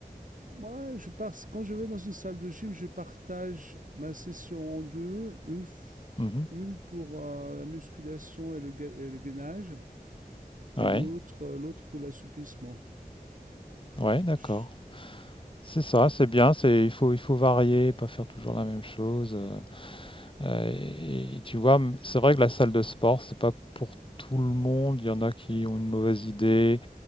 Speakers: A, on the right; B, on the left.
A: moi, je pars, quand je vais dans une salle de gym, je partage ma session en deux, une, f-
B: mh. Mmh
A: une pour euh, la musculation et le, ga- et le gainage,
B: Ouais.
A: et l'autre euh, l'autre pour l'assouplissement.
B: Ouais, d'accord.
A: Je-
B: C'est ça, c'est bien, c'est il faut il faut varier, pas faire toujours la même chose, heu heu et et tu vois, mmh, c'est vrai que la salle de sport, c'est pas pour tout le monde. Il y en a qui ont une mauvaise idée,